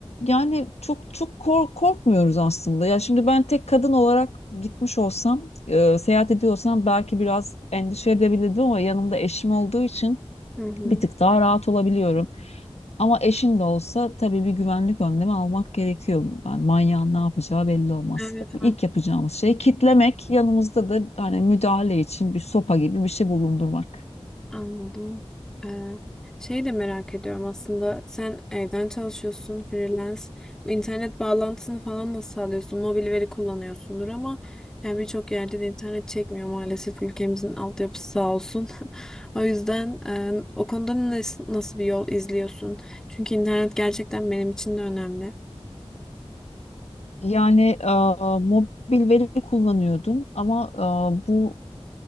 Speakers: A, on the left; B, in the centre.
A: yani çok çok kork- korkmuyoruz aslında. Ya şimdi ben tek kadın olarak gitmiş olsam, e, seyahat ediyorsam belki biraz endişe edebilirdim ama yanımda eşim olduğu için
B: Hı hı.
A: bir tık daha rahat olabiliyorum. Ama eşin de olsa tabii bir güvenlik önlemi almak gerekiyor. Yani manyağın ne yapacağı belli olmaz.
B: Evet,
A: İşte İlk yapacağımız şey kitlemek, yanımızda da hani müdahale için bir sopa gibi bir şey bulundurmak.
B: Anladım. Ee, şey de merak ediyorum aslında. Sen evden çalışıyorsun, freelance. Bu internet bağlantısını falan nasıl sağlıyorsun? Mobil veri kullanıyorsundur ama yani birçok yerde de internet çekmiyor maalesef. Ülkemizin altyapısı sağ olsun. <laughs> O yüzden e, o konuda nas- nasıl bir yol izliyorsun? Çünkü internet gerçekten benim için de önemli.
A: Yani e, mobil veri kullanıyordum ama e, bu